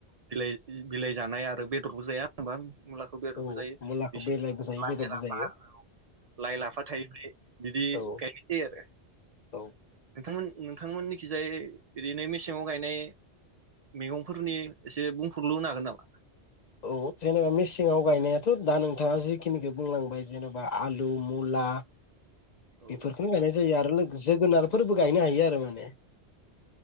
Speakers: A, on the right; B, on the left.
A: बिलाइ बिलाइ जानाय आरो बेदरबो जाया होनबा। मुलाखौ बेररबो
B: औ
A: जायो
B: मुलाखौ
A: बिस
B: बेलायबो जायो
A: लाइ
B: बेदरबो
A: लाफा
B: जायो
A: लाइ लाफा थायनाय बिदि
B: औ
A: गायनाय जायो आरो
B: औ
A: नोंथांमोन। नोंथांमोननिखिजाय बिदिनो मेसेंाव गायनाय मैगंफोरनि एसे बुंफोरुरलु होनो हागोन नामा?
B: औ जेनेबा मेसेंयाव गायनायाथ दा नोंथाङा जिखिनिखौ बुंलांबाय जेनेबा आलु मुला।
A: औ
B: बेफोरखौनो गायनाय जायो आरो लोगो। जोगोनारफोरबो गायनो हायो आरो माने। बे